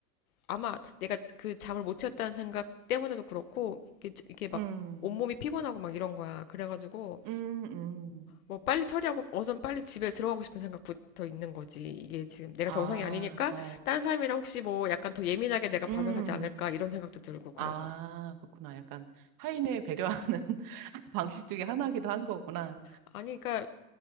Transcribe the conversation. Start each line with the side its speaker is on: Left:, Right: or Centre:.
Left: 아마 내가 그 잠을 못 잤다는 생각 때문에도 그렇고 이게, 이게 막
Right: 음.
Left: 온몸이 피곤하고 막 이런 거야. 그래가지고
Right: 음. 음.
Left: 뭐 빨리 처리하고 어선 빨리 집에 들어가고 싶은 생각부터 있는 거지. 이게 지금 내가
Right: 아,
Left: 정상이 아니니까
Right: 어.
Left: 다른 사람이랑 혹시 뭐 약간 더 예민하게 내가 반응하지
Right: 음.
Left: 않을까 이런 생각도 들고 그래서.
Right: 아, 그렇구나. 약간 타인을 배려하는 <laughs> 방식 중에 하나기도 한 거구나.
Left: 아니 그러니까